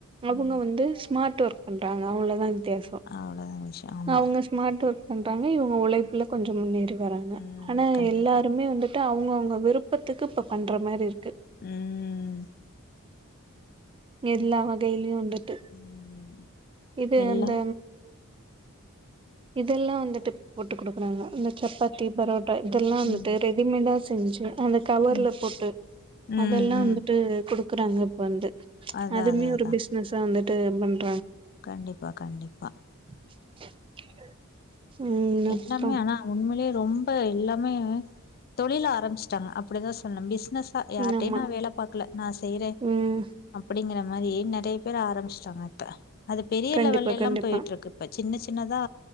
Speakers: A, on the right (about 25°); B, on the left (about 45°).
A: அவுங்க
B: ம்
A: வந்து ஸ்மார்ட் ஒர்க் பண்றாங்க அவங்களதா இ வித்யாசோ
B: அவ்ளோதா விஷயோ ஆமா
A: அவங்க ஸ்மார்ட் ஒர்க் பண்றாங்க இவங்க உழைப்புல கொஞ்சோ முன்னேறி ட்டு வராங்க
B: ம்
A: ஆனா
B: கண்டிப்பா
A: எல்லாருமே வந்து அவுங்க அவுங்க விருப்பத்துக்கு இப்ப பண்ற மாரி இருக்கு
B: உம்ம்
A: எல்லா வகைலியு வந்துட்டு
B: ம்
A: இது
B: எல்லா
A: அந்த இதெல்லா வந்துட்டுப் போட்டுக் குடுக்குறாங்க இந்த சப்பாத்தி பரோட் டா இதெல்லா வந்துட்டு
B: ம்
A: ரெடிமேடா செஞ்சு அந்த கவர்ல
B: ம்
A: போட்டு
B: ம்
A: அதெல்லா
B: ம்
A: வந்துட்டு குடுக் குறாங்க இப்ப வந்து
B: அதா
A: அதுவுமே
B: அதா அதா
A: ஒரு பிசினஸா வந்துட் <unintelligible>
B: கண்டிப்பா கண்டிப்பா
A: <inaudible> ம் அப்றோ
B: எல்லாமே ஆனா ஆ உண்மைலே ரொம்ப எல்லா மே தொழில ஆரமிச்சிட்டாங்க அப்டிதா சொல்னும்பிஸ் னசா யார்ட்டையு
A: ஆமா
B: நா வேல பாக்கல நா செய்றே
A: ம்
B: அப்டிங்கற அந்த மாரி நெறைய பேர் ஆரமிச்டாங்க இப்ப அது பெரிய
A: கண்டிப்பா
B: லெவல்லைல்லா
A: கண்டிப்பா
B: போயிட்ருக்கு இப்ப சின்ன சின் னதா